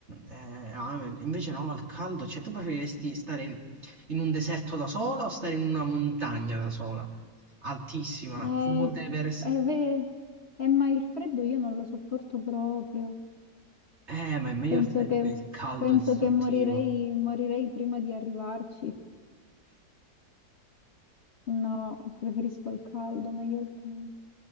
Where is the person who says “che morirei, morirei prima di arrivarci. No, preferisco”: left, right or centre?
Left